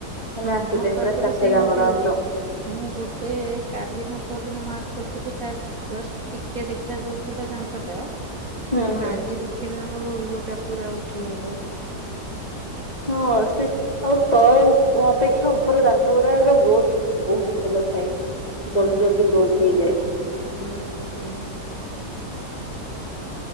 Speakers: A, on the left; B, on the right.
A: ମାନେ
B: ହଁ
A: ଆଟ୍
B: ହଁ
A: ଏ ଟାଇମ୍
B: ତାଙ୍କର
A: ପୁରା ଚାରିଟା
B: ସେମତି
A: ଯାଙ୍କ ଦାନ୍ତ
B: ହଉଛି। ମୁଁ ଗୋଟେ କାଲିି ମୁଁ ଅପରଦିନ ମାର୍କ କରିଥିଲି ତାର ଜଷ୍ଟ ଟିକେ ଦେଖାଯାଉଥିଲା ଦାନ୍ତଟା।
A: ହୁଁ
B: ଆଉ
A: ହୁଁ।
B: ଆାଜି ଦେଖିଲା ବେଳକୁ ଗୋଟା ପୁରା ଉଠିଆଇଲାଣି।
A: ହଁ ସେ ଆଉ ତଳ ଉ ଅପେ କ୍ଷା ଉପର ଦାନ୍ତଉରା ଉରା ବହୁତ ବହୁତ ଭଲ ଥାଏ,
B: ହୁଁ
A: ଜଲ୍ଦି ଜଲ୍ଦି ଗ୍ରୋଥ୍ ହେଇଯାଏ।
B: ହୁଁ, ହୁଁ।